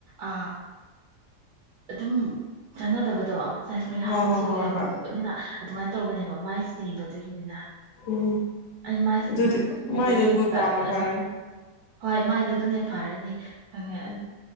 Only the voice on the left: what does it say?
ꯍꯣꯏ
ꯍꯣꯏ ꯍꯣꯏ
ꯍꯣꯏ
ꯎꯝ
ꯑꯗꯨꯗꯤ
ꯃꯥꯏꯗꯨ ꯒꯨꯜ ꯇꯥꯅ
ꯐꯔꯅꯤ
ꯎꯝ